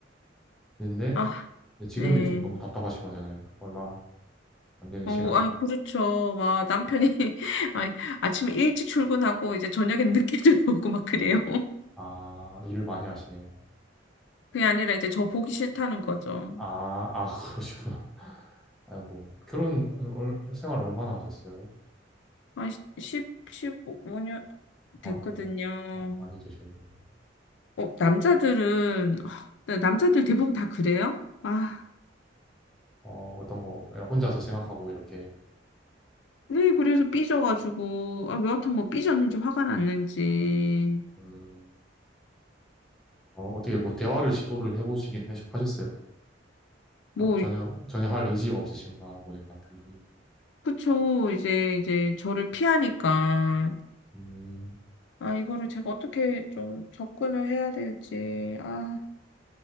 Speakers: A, in the centre; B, on the left (about 65°).
A: 근데
B: 아,
A: 지금이
B: 네.
A: 좀 너무 답답하신 거잖아요. 얼마 안 되는
B: 어,
A: 시간이죠.
B: 아니 그렇죠. 막 남편이 <laughs> 아니, 아침에 일찍 출근하고 이제 저녁엔 늦게 <laughs> 들어오고 막 그래요. <laughs>
A: 아, 일을 많이 하시네요.
B: 그게 아니라 이제 저 보기 싫다는 거죠.
A: 아, 아, <laughs> 그러시구나. 아이고, 결혼 얼- 생활 얼마나 하셨어요?
B: 한1 십오 5년
A: 아이고,
B: 됐거든요.
A: 아, 많이 되셨네요.
B: 어, 남자들은, 하, 네, 남자들 대부분 다 그래요? 아,
A: 어, 어떤 거 혼자서 생각하고 이렇게
B: 네, 그래서 삐져가지고, 아, 여하튼 뭐 삐졌는지 화가 났는지,
A: 음, 어, 어떻게 뭐 대화를 시도를 해보시긴 하셨- 하셨어요?
B: 뭐,
A: 아, 전혀 전혀 할 의지가 없으신가 보네요 남편분이.
B: 그쵸, 이제, 이제 저를 피하니까.
A: 음,
B: 아, 이거를 제가 어떻게 좀 접근을 해야 될지, 아.